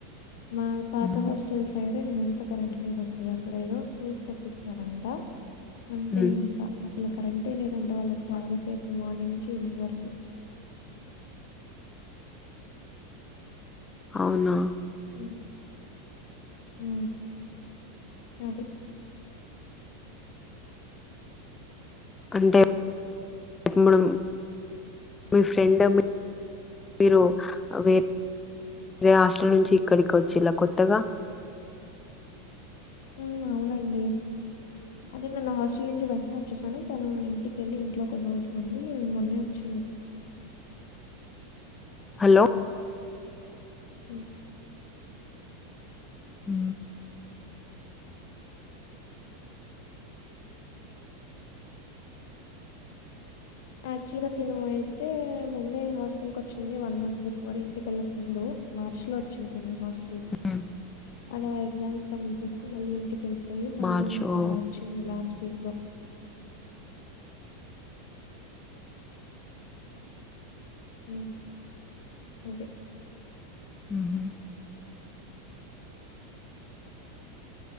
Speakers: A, on the left; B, on the left.
A: మా పాత
B: మ్మ్
A: హస్టల్స్ సైడే నేను ఎంత కరెంట్ లేదండి అక్కడ ఏదో ఫ్యూసు కొట్టిచ్చారంటా అంతే
B: మ్మ్
A: ఇంకా అసలు కరెంటే లేదంటే వాళ్ళకి చాలా సేపు మార్నింగ్ నుంచి ఈవినింగ్ వరకు
B: అవున
A: ఉ ఊ అది
B: అంతే అంటే మనం మీ ఫ్రెండ్ మీరు వేర్ వెరే హాస్టల్ నుంచి ఇక్కడికి వచ్చిలా కొత్తగా
A: ఊ అవునండి అంటే నేను హాస్టల్ నుంచి వెంటనే వచ్చేసాను తను ఇంటికెళ్ళి ఇంట్లో కొన్ని రోజులు నుండి మొన్ననే వచ్చింది
B: హలో
A: ఉ
B: ఊ
A: యాక్చువల్ గా తిన అయితే ముందే హాస్టల్ కి వచ్చింది వన్ మంత్ బిఫోర్ ఇంటికెళ్ళక ముందు మార్చ లో వచ్చింది తిని హాస్టల్ కి
B: ఉ ఊ
A: అలా ఎగ్జామ్స్ కంప్లీట్ చేసుకుని మళ్ళీ ఇంటికి వెళ్ళిపోయి మళ్ళీ
B: మార్చ్
A: మొన్న
B: ఓ
A: వచ్చింది లాస్ట్ వీక్ లో <unintelligible> ఉ అంతే
B: ఉహు